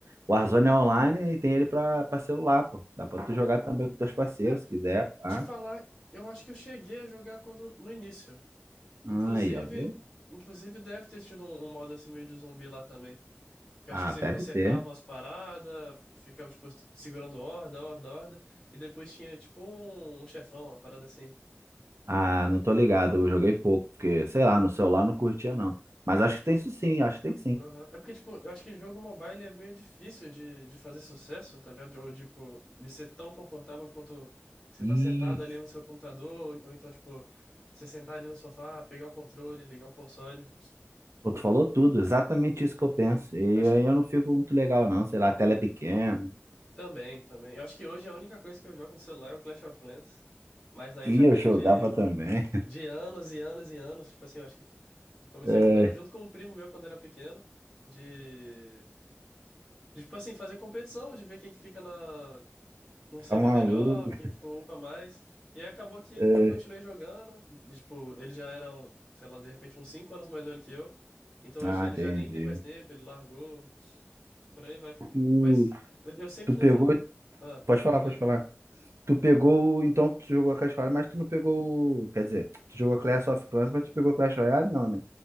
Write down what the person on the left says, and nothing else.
Cara,
te falar, eu acho que eu cheguei a jogar quando no início.
Inclusive,
inclusive deve ter tido um, um modo assim meio de zumbi lá também. Que eu
acho que você
consertava
umas paradas, ficava tipo segurando horda, horda, horda, e depois tinha tipo um, um chefão, uma parada assim.
Cara,
Aham. É porque, tipo, eu acho que jogo mobile é meio difícil de, de fazer sucesso, tá ligado? Ou, tipo, de ser tão confortável quanto você
tá sentado ali no seu computador, ou, ou então, tipo, você sentar ali no sofá, pegar o controle, ligar o console.
Acho
que
também, também. Eu acho que hoje a única coisa que eu jogo no celular é o Clash of Clans, mas aí
já vem
de,
de anos e anos e anos. Tipo assim, eu acho que eu comecei
jogando junto com um primo meu quando era pequeno, de, de tipo assim, fazer competição, de ver quem que fica na um
CV
melhor, quem, tipo, upa mais. E aí acabou que
eu continuei jogando. e, Tipo, ele já era, um, sei lá, de repente uns 5 anos mais velho que eu. Então hoje
ele
já nem tem mais tempo, ele largou, por aí vai.
Mas eu, eu sempre
tento. Ah,
falei.